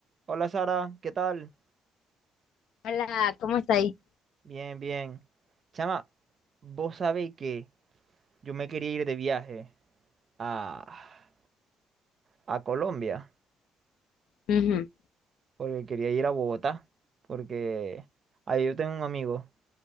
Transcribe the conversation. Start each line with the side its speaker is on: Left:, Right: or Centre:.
Right: Hola Sara, ¿qué tal?
Left: Hola, ¿cómo está ahí?
Right: Bien, bien. Chama, vos sabés que yo me quería ir de viaje a, a Colombia,
Left: Ujú.
Right: porque quería ir a Bogotá, porque ahí yo tengo un amigo